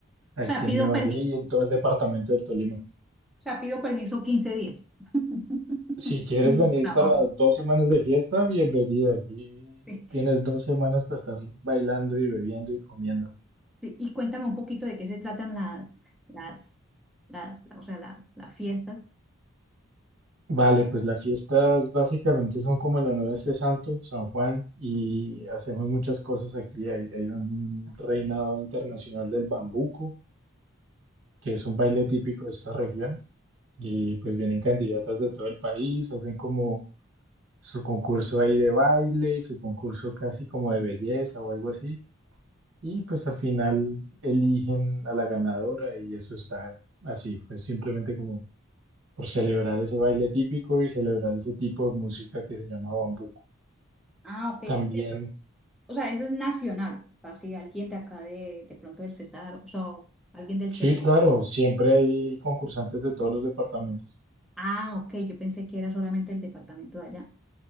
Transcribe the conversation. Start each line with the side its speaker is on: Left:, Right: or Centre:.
Right: aquí
Centre: O sea, pido
Right: en Ibagué
Centre: permiso.
Right: y en todo el departamento del Tolima.
Centre: O sea, pido permiso 15 días. <laughs>
Right: Si quieres
Centre: en mi
Right: venir
Centre: trabajo.
Right: para dos semanas de fiesta, bienvenida. Aquí
Centre: Sí,
Right: tienes dos semanas para estar bailando y bebiendo y comiendo.
Centre: sí. Y cuéntame un poquito de qué se tratan las, las, las, o sea, la- las fiestas.
Right: Vale, pues las fiestas básicamente son como en honor a este santo, San Juan, y hacemos muchas cosas aquí. Hay, hay un reinado internacional del bambuco, que es un baile típico de esta región, y pues vienen candidatas de todo el país, hacen como su concurso ahí de baile y su concurso casi como de belleza o algo así. Y pues al final eligen a la ganadora y eso está así. Fue simplemente como por celebrar ese baile típico y celebrar ese tipo de música que se llama bambuco.
Centre: Ah, ok. ¿Y
Right: También,
Centre: eso? O sea, eso es nacional, así alguien de acá de, de pronto del Cesar, o sea, alguien del
Right: sí,
Centre: Cesar.
Right: claro, siempre hay concursantes de todos los departamentos.
Centre: Ah, ok, yo pensé que era solamente el departamento de allá.